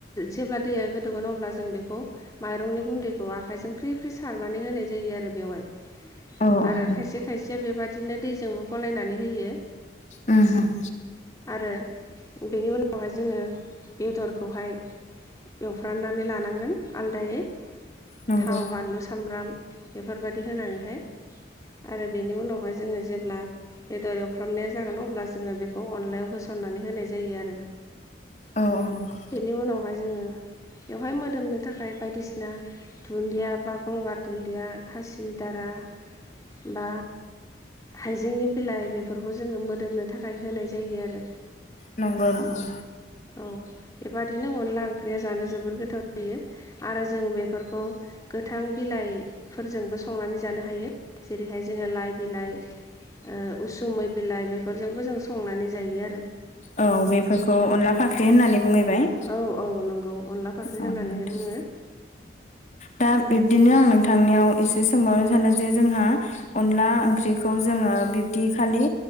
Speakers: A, on the left; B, on the left.
A: जेब्ला दैया गोदौगोन अब्ला जों बेखौ माइरंनि गुन्दैखौ आखाइजों फ्रि फ्रि सारनानै होनाय जायो आरो बेवहाय
B: औ औ
A: आरो
B: नंगौ
A: खायसे खायसेया बेबादिनो दैजोंबो गलायनानै होयो।
B: उम उम
A: आरो बेनि उनावहाय जोङो बेदरखौहाय एवफ्राननानै लानांगोन आलदायै
B: नंगौ
A: थाव बानलु सामब्राम बेफोर बायदि होनानैहाय आरो बेनि उनावहाय जोङो जेब्ला बेदर एवफ्रामनाया जागोन अब्ला जोङो बेखौ अनलायाव होसननानै होनाय जायो आरो
B: औ औ नंगौ
A: बेनि उनावहाय जोङो बेवहाय मोदोमनो थाखाय बायदिसिना दुन्दिया बा गंगार दुन्दिया खासि दारा बा हाइजेंनि बिलाइ बेफोरखौ जोङो मोदोमनो थाखाय होनाय जायो आरो
B: नंगौ नंगौ
A: औ बेबादिनो अनला ओंख्रिया जानो जोबोर गोथाव जायो आरो जों बेफोरखौ गोथां बिलाइफोरजोंबो स संनानै जानो हायो जेरैहाय जोङो लाइ बिलाइ उसुमै बिलाइ बेफोरजोंबो जों संनानै जायो आरो
B: औ बेफोरखौ अनला फाख्रि होननानै बुंहैबाय
A: औ औ नंगौ अनला फाख्रि
B: औ
A: होननानैहाय
B: नोंथां
A: बुङो
B: दा बिब्दिनो आं नोंथांनियाव एसे सोंबावनो सानो जे जोंहा अनला ओंख्रिखौ जोङो बिब्दि खालि